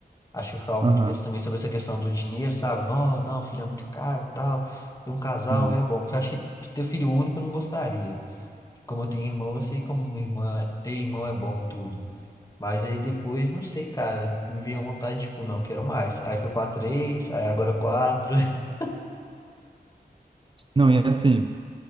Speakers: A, on the left; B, on the right.
A: Acho que eu ficava
B: Aham.
A: muito preso também sobre essa questão do dinheiro, sabe? Não, não, filho é muito caro e tal. Ter um casal
B: Hum.
A: e é bom, porque eu acho que ter filho único eu não gostaria. Como eu tenho irmão, eu sei como minha irmã, ter irmão é bom e tudo. Mas aí depois, não sei, cara, me veio a vontade, tipo, não, quero mais. Aí foi pra três, aí agora quatro. <laughs>
B: Não, e assim.